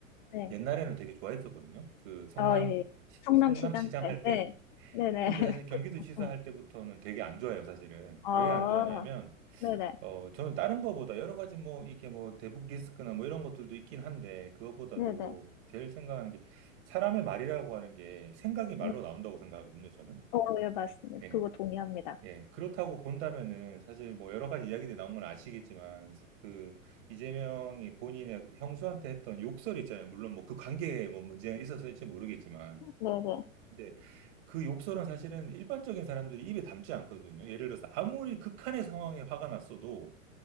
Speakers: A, on the left (about 40°); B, on the right (about 45°).
A: 네.
B: 옛날에는 되게 좋아했었거든요. 그 성남,
A: 어, 예, 예.
B: 시-
A: 성남시장
B: 성남시장
A: 때,
B: 할 때.
A: 네, 네, 네,
B: 근데
A: <laughs>
B: 사실 경기도지사
A: 그쵸. 응.
B: 할 때부터는 되게 안 좋아요, 사실은.
A: 어,
B: 왜 안 좋아하냐면,
A: 네, 네,
B: 어, 저는 다른 거보다 여러 가지 뭐, 이게 뭐, 대북 리스크나 뭐 이런 것들도 있긴 한데, 그거보다도
A: 네, 네,
B: 제일 생각하는 게, 사람의 말이라고 하는 게 생각이 말로
A: 네.
B: 나온다고 생각하거든요, 저는.
A: 어, 예, 맞습니다.
B: 예.
A: 그거 동의합니다.
B: 예. 그렇다고 본다면은, 사실 뭐, 여러 가지 이야기들이 나온 건 아시겠지만, 그, 이재명이 본인의 그 형수한테 했던 욕설 있잖아요. 물론 뭐, 그 관계에 뭐, 문제가 있었을지 모르겠지만.
A: 네, 네,
B: 근데 그 욕설은 사실은 일반적인 사람들이 입에 담지 않거든요. 예를 들어서 아무리 극한의 상황에 화가 났어도